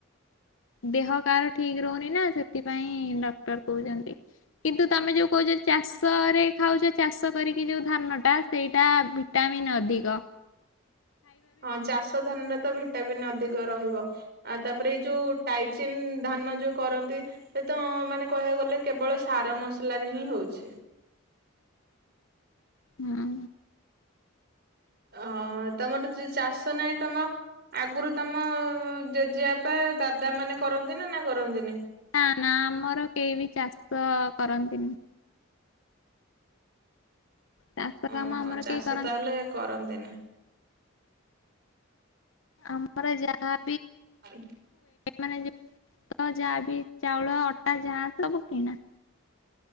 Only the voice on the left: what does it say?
ଦେହ କାହାର ଠିକ ରହୁନି ନା ସେଥିପାଇଁ ଡକ୍ଟର କହୁଛନ୍ତି। କିନ୍ତୁ ତମେ ଯୋଉ କହୁଚ ଚାଷରେ ଖାଉଛେ ଚାଷ କରିକି ଯଉ ଧାନ ଟା ସେଇଟା ଭିଟାମିନ୍ ଅଧିକ। ହ <unintelligible>
ହଁ।
ନା ନା ଆମର କେହି ବି ଚାଷ କରନ୍ତିନି। ଚାଷ
କାମ ଆମର
କେହି କରନ୍ତି
ଆମର ଯାହା
ମାନେ ଯାହା ବି ଚାଉଳ ଅଟା ଯାହା ସବୁ କିଣା